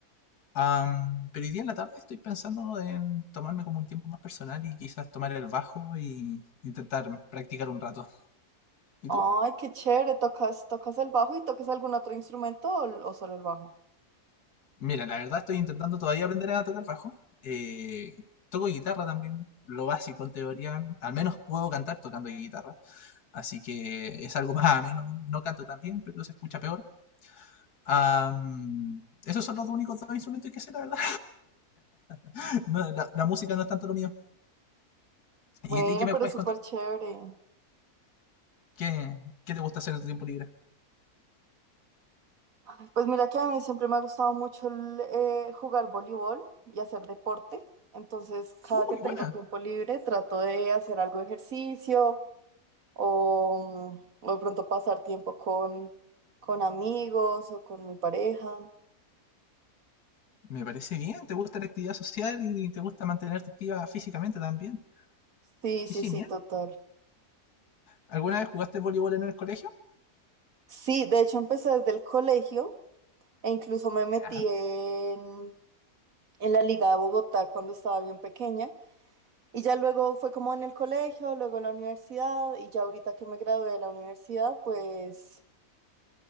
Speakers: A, on the left; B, on the right.
A: Am, pero hoy día en la tarde estoy pensando en tomarme como un tiempo más personal y quizás tomar el bajo y intentar practicar un rato. ¿Y
B: Ay,
A: tú?
B: qué chévere, ¿tocas, tocas el bajo y tocas algún otro instrumento o, l- o solo el bajo?
A: Mira, la verdad estoy intentando todavía aprender a tocar bajo. Eh, toco guitarra también, lo básico en teoría. Al menos puedo cantar tocando guitarra. Así que es algo más ameno. No canto tan bien, pero se escucha peor. Am, esos son los dos únicos dos instrumentos que sé, la verdad. <laughs> No, la, la música no es tanto lo mío.
B: Bueno,
A: ¿Y a ti qué me
B: pero
A: puedes
B: súper
A: contar?
B: chévere.
A: ¿Qué, qué te gusta hacer en tu tiempo libre?
B: Ay, Pues mira que a mí siempre me ha gustado mucho el, eh, jugar voleibol y hacer deporte. Entonces, cada
A: ¡Uh,
B: que
A: qué
B: tengo
A: buena!
B: tiempo libre, trato de hacer algo de ejercicio o, mm, o de pronto pasar tiempo con, con amigos o con mi pareja.
A: Me parece bien, te gusta la actividad social y te gusta mantenerte activa físicamente también.
B: Sí,
A: Qué
B: sí,
A: genial.
B: sí, total.
A: ¿Alguna vez jugaste voleibol en el colegio?
B: Sí, de hecho empecé desde el colegio e incluso me metí
A: Ya,
B: en, en la Liga de Bogotá cuando estaba bien pequeña. Y ya luego fue como en el colegio, luego en la universidad y ya ahorita que me gradué de la universidad, pues,